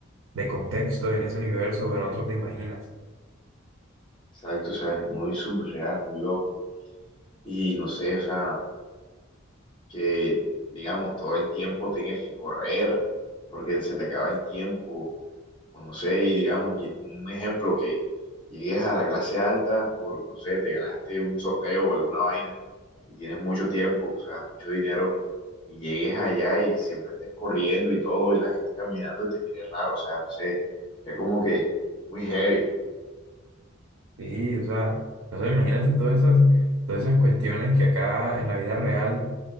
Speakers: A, on the right (about 80°); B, on the left (about 25°).
A: de contexto en ese universo o en otro te imaginas?
B: Exacto, o sea, es muy surreal, muy loco. Y no sé, o sea, que digamos todo el tiempo tengas que correr porque se te acaba el tiempo, o no sé, y digamos lle- un ejemplo que llegues a la clase alta por, no sé, te ganaste un sorteo o alguna vaina y tienes mucho tiempo, o sea, mucho dinero, y llegues allá y siempre estés corriendo y todo, y la gente caminando y te mire raro, o sea, no sé, ya como que muy heavy.
A: Sí, o sea, no sé, imagínate todas esas, todas esas cuestiones que acá en la vida real.